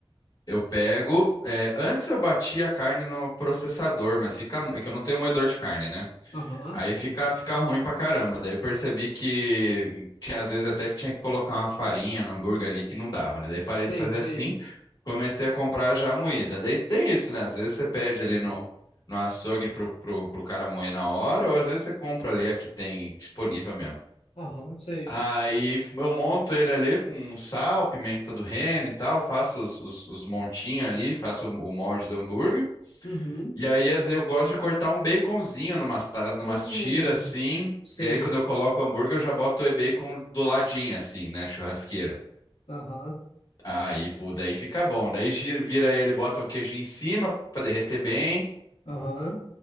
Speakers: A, on the left (about 45°); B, on the left (about 85°).
A: Eu pego. é, antes eu batia a carne no processador, mas fica. mu- É que eu não tenho moedor de carne, né?
B: aham.
A: Aí fica, fica ruim pra caramba. Daí eu percebi que tinha às vezes até que tinha que colocar uma farinha no hambúrguer ali que não dava, né? Daí parei
B: Sei,
A: de fazer
B: sei.
A: assim, comecei a comprar já a moída. Daí tem isso, né? Às vezes você pede ali no, no açougue pro, pro, pro cara moer na hora, ou às vezes você compra ali a que tem disponível mesmo.
B: Aham, sei.
A: Aí eu monto ele ali com um sal, pimenta do reino e tal, faço os, os, os montinhos ali, faço o molde do hambúrguer.
B: Uhum.
A: E aí às vezes, eu gosto de cortar um baconzinho numas, ta- numas
B: Hum,
A: tiras assim.
B: sei.
A: E aí quando eu coloco o hambúrguer, eu já boto o bacon do ladinho assim, na churrasqueira.
B: Aham,
A: Aí, pô, daí fica bom. Daí gira- vira ele, bota um queijinho em cima pra derreter bem.
B: aham.